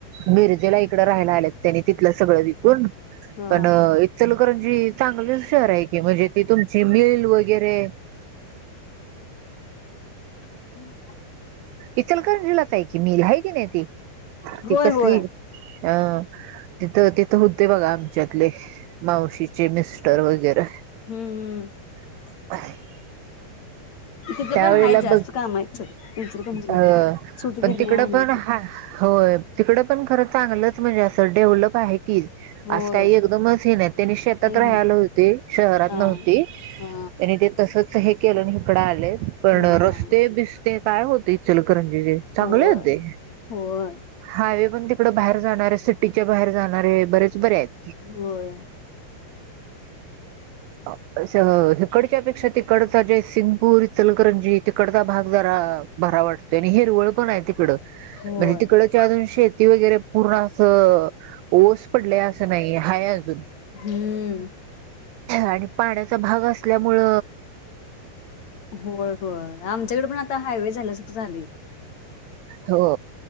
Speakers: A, on the right (about 85°); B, on the left (about 50°).
A: मिरजेला एक राह्यला आल्यात त्यानी तिथल्या सगळ्या ण
B: हा
A: पण इचलकरणजी चांगलच शहर आहे की म्हणजे ती तुमची मिल वगैरे
B: ह
A: इचलकर दिलाच आहे कि मी आहे की नाही ती ती
B: होय
A: कसली
B: होय
A: अ तिथं तिथं होते बघा आमच्यातले मावशीचे मिस्टर वगैरे
B: हम्म हम्म
A: ह
B: तिथं
A: त्यावेळेला
B: पण हाय जास्त
A: बघ
B: काम आहेत सगळी इचलकरंजीला
A: अ
B: पण सूतगिरण्या
A: पण तिकडं पण
B: हे ते
A: हा हो तिकड पण खर चांगलंच म्हणजे असं डेवलप आहे की
B: होय
A: आज काही एकदमच हेन त्यांनी शेतात
B: नाही
A: राहायला
B: नाही
A: होते शहरात
B: हा
A: नव्हते
B: हा
A: त्यांनी ते तसच हे केलं हकडा पण
B: हा
A: रस्ते बि काय होते चलकरंजी चांगले
B: होय
A: होते
B: होय
A: हायवे पण इकडं बाहेर जाणारे सिटीच्या बाहेर जाणारे बरेच बरे आहेत
B: होय
A: अ इिकडच्या पेक्षा तिकडचा जे सिंगपूर चलकरंजी तिकडचा भाग जरा भरा वाटतो आणि हिरवळ पण आहे तिकड म्हणजे
B: होय
A: तिकडच्याधून शेत वगैरे पूर्ण असं ओस पडले असं नाही हाय अजून
B: हम्म
A: आणि पाण्याचा भाग असल्यामुंळ
B: होय होय आमच्याकडे पण आता हायवे झालास झाली.
A: हो